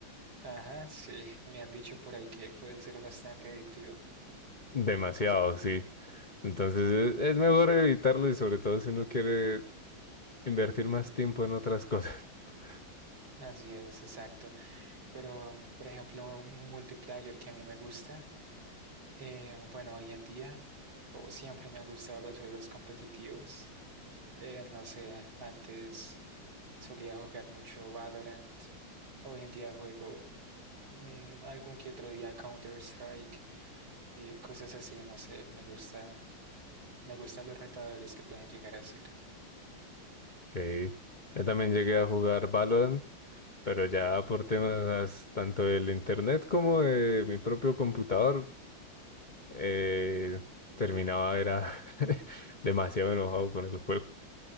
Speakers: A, on the right; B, on the left.
A: Ajá, sí, me han dicho por ahí que puede ser bastante adictivo.
B: Demasiado, sí. Entonces es, es mejor evitarlo y sobre todo si uno quiere invertir más tiempo en otras cosas. <laughs>
A: Así es, exacto. Pero, por ejemplo, un multiplayer que a mí me gusta, eh, bueno, hoy en día, o siempre me han gustado los juegos competitivos. Eh, no sé, antes solía jugar mucho Valorant. Hoy en día juego mm, algún que otro día Counter-Strike, eh, cosas así, no sé, me gusta Me gustan los retadores que pueden llegar a ser.
B: Ok. Yo también llegué a jugar Valorant, pero ya por temas tanto del internet como de mi propio computador eh, terminaba era <laughs> demasiado enojado con el juego.